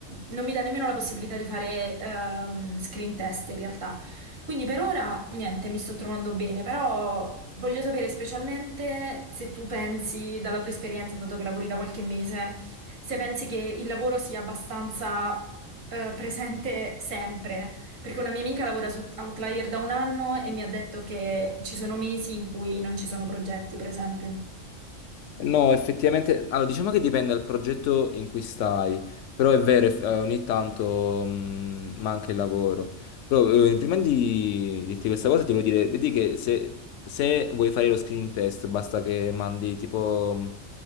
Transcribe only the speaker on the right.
non mi dà nemmeno la possibilità di fare ehm, screen test in realtà. Quindi per ora niente, mi sto trovando bene, però voglio sapere specialmente se tu pensi, dalla tua esperienza, dato che lavori da qualche mese, se pensi che il lavoro sia abbastanza eh, presente sempre. Perché una mia amica lavora su Outlier da un anno e mi ha detto che ci sono mesi in cui non ci sono progetti, per esempio.